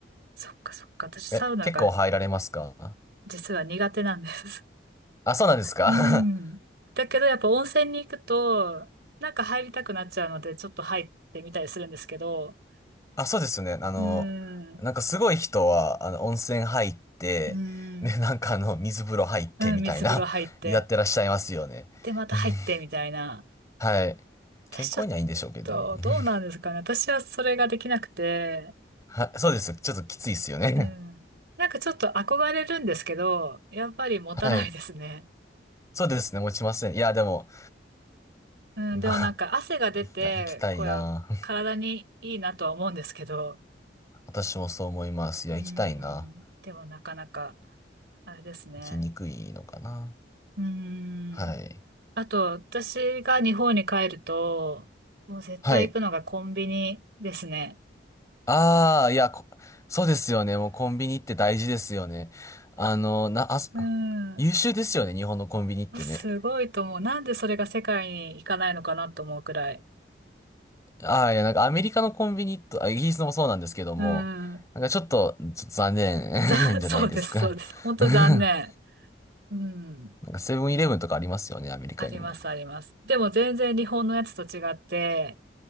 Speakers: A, on the right; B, on the left.
A: そっかそっか。私、サウナが
B: え、結構入られますか
A: 実は苦手なんです。
B: あ、そうなんですか
A: うん。
B: <laughs>
A: だけど、やっぱ温泉に行くと、なんか入りたくなっちゃうので、ちょっと入ってみたりするんですけど、
B: あ、そうですよね。あの、
A: うー
B: なんかすごい人は、
A: ん。
B: あの、温泉入って、
A: うーん。
B: で、なんかあの、水風呂入ってみたいな、
A: うん、水風呂入って、
B: やってらっしゃいますよね。
A: で、また入って、
B: <laughs>
A: みたいな。
B: はい。
A: 私ちょっ
B: 健康にはいいんでしょうけどね。
A: と、
B: <laughs>
A: どうなんですかね。私はそれができなくて、
B: はそうです。ちょっときついですよね。
A: うん。なんかちょっと憧れるんですけど、やっぱり持たないですね。
B: <laughs> はい。そうですね。持ちません。いや、でも、
A: うん、
B: まあ、
A: でもなんか汗が出て、
B: いや、行きたいな。
A: こう、
B: <laughs>
A: 体にいいなとは思うんですけど、
B: 私もそう思います。いや、
A: うん、
B: 行きたいな。
A: でもなかなか、あれですね。
B: 行きにくいのかな。
A: うん。
B: はい。
A: あと、私が日本に帰ると、もう絶対行くのがコンビニですね。
B: はい。ああ、いや、こそうですよね。もうコンビニって大事ですよね。あの、な、あ、
A: うん。
B: 優秀ですよね。日本のコンビニってね。
A: すごいと思う。なんでそれが世界に行かないのかなと思うくらい。
B: ああ、いや、なんかアメリカのコンビニと、あ、イギリスのもそうなんですけども、
A: うん。
B: なんかちょっと、ちょっと残念
A: ざ、<laughs>
B: <laughs> じゃないですか。
A: そうです、そうです。本当残念。
B: <laughs>
A: うん。
B: なんかセブンイレブンとかありますよね、アメリカにも。
A: あります、あります。でも全然日本のやつと違って、